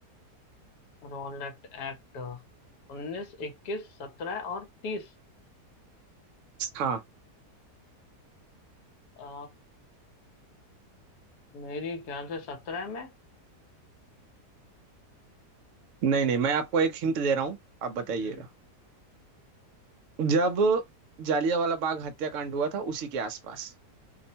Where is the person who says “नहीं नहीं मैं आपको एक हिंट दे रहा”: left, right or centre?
Right